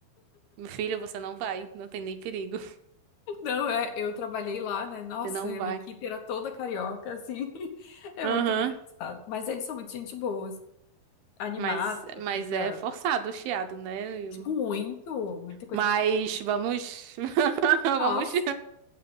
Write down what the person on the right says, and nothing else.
Meu filho, você não vai. Não tem nem perigo. <laughs>
Você não
vai.
Aham.
Mas, mas
é forçado o chiado, né?
Mas vamos. <laughs> Vamos.